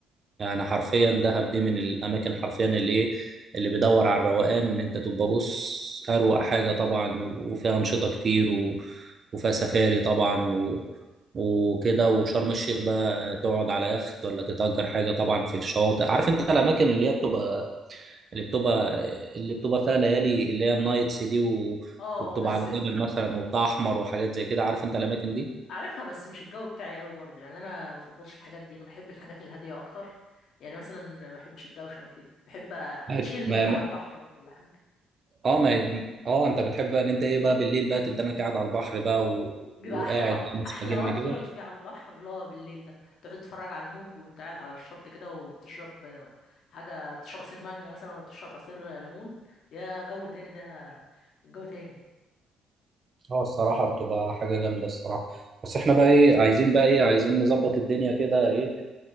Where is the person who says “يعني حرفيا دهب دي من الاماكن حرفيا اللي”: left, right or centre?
Right